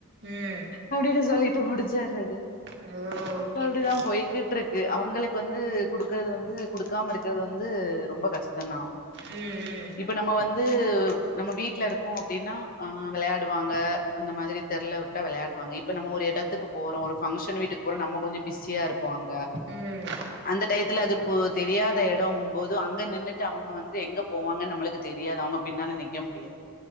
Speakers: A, on the right; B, on the left.
A: ம்
B: அப்டின்னு சொல்லிட்டு முடிச்சறது
A: ஓ ஓகே
B: அப்படிதா
A: ஓகே
B: போய்க்கிட்டு இருக்கு அவங்களுக்கு வந்து குடுக்கறது வந்து குடுக்காம இருக்கறது வந்து ரொம்ப கஷ்ட ம்தா
A: ம்
B: இப்ப நம்ம வந்து நம்ம வீட்ல இருக்கோ அப்டின்னா வெளயாடுவாங்க அந்த மாரி தெர்ல விட்டா வெளயாடுவாங்க இப்ப நம்ம ஒரு எடத்துக்கு போறோ ஒரு பங்ஷன் வீட்டுக்கு போறோ நம்ம கொஞ்ச பிஸியா இருப்போ அங்க
A: ம் ம்
B: அந்த டயத்துல அது தெரியாத எடங்கும் போது அங்க நின்னுட்டு அவங்க வந்து எங்க போவாங்கன் நம்மளுக்கு தெரியாது அவங்க பின்னால நிக்க முடியாது